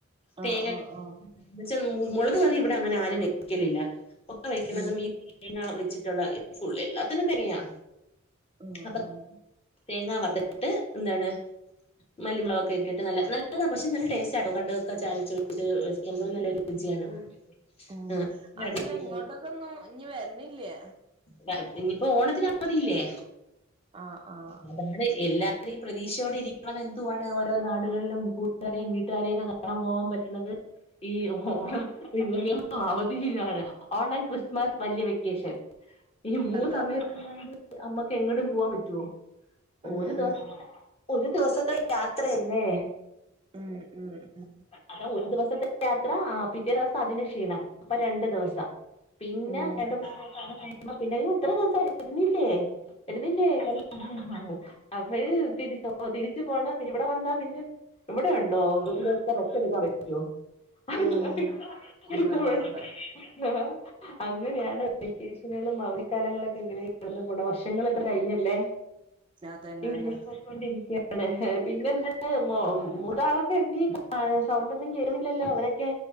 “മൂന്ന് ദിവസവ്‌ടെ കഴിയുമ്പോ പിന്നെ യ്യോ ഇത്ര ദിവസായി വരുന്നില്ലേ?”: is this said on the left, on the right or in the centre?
Left